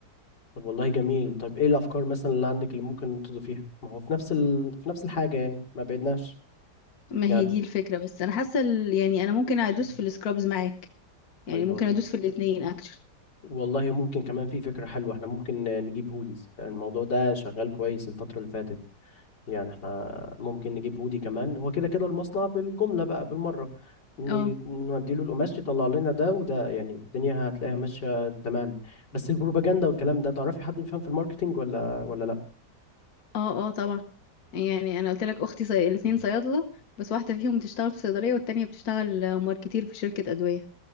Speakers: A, on the left; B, on the left.
A: طب والله جميل طيب ايه الافكار مثلا اللي عندك اللي ممكن تضيفيها ما هو في نفس ال... في نفس الحاجه يعني ما بعدناش
B: ما هي
A: يعني
B: دي الفكرة بس انا حاسة ال- يعني انا ممكن ادوس
A: <laughs>
B: في السكرابز معاك
A: <clears throat> طيب
B: يعني ممكن
A: وال-
B: ادوس في الاتنين اكشن
A: والله ممكن كمان في فكره حلوه احنا ممكن نجيب هوديز الموضوع ده شغال كويس الفتره اللي فاتت يعني احنا ممكن نجيب هودي كمان هو كده كده المصنع بالجمله بقى بالمره ن-
B: اه
A: نودي له القماش يطلع لنا ده وده يعني الدنيا هتلاقيها ماشيه تمام بس البروباجندا والكلام ده تعرفي حد بيفهم في الماركتينج ولا ولا لا
B: اه اه طبعا يعني انا قلت لك اختي صي...
A: <laughs>
B: الاتنين صيادلة بس واحدة فيهم بتشتغل في صيدلية والتانية بتشتغل ماركتير في شركة ادوية